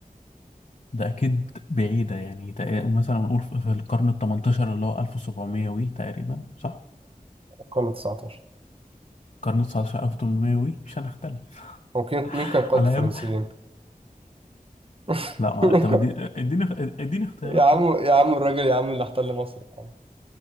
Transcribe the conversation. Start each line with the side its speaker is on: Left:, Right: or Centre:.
Left: ده أكيد بعيدة يعني تق- مثلا نقول في في القرن التمنتاشر اللي هو ألف وسبعمية وي تقريبا صح؟
Right: القرن ال 19
Left: القرن التسعتاشر ألف وتمنمية وي مش هنختلف
Right: ممكن
Left: <laughs>
Right: مين كان قائد
Left: على
Right: الفرنسيين؟
Left: أيام
Right: <laughs>
Left: لا ما- طب ادي- اديني اديني اختيارات
Right: يا عم
Left: طيب
Right: يا عم الراجل يا عم اللي احتل مصر يا عم